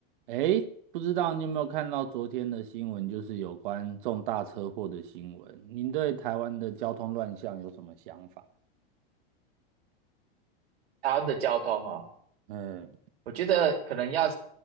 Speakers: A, on the right; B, on the right.
A: 诶，不知道你有没有看到昨天的新闻，就是有关重大车祸的新闻。您对台湾的交通乱象有什么想法？
B: 台湾的交通哦，
A: 嗯，
B: 我觉得可能要